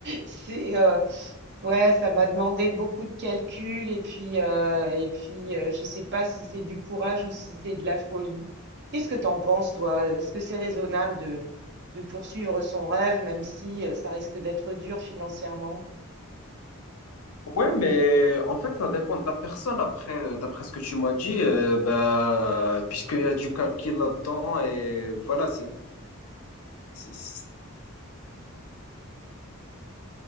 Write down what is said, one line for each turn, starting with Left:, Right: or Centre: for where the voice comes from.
Right: c'est euh, Ouais, ça m'a demandé beaucoup de calculs et puis, euh, et puis euh, je sais pas si c'est du courage ou si c'est de la folie. Qu'est-ce que t'en penses, toi? Est-ce que c'est raisonnable de, de poursuivre son rêve, même si euh, ça risque d'être dur financièrement?
Left: Ouais, mais en fait, ça dépend de la personne. Après, euh, d'après ce que tu m'as dit, euh, bah, puisqu'il y a du calcul là-dedans et voilà, c'est c'est-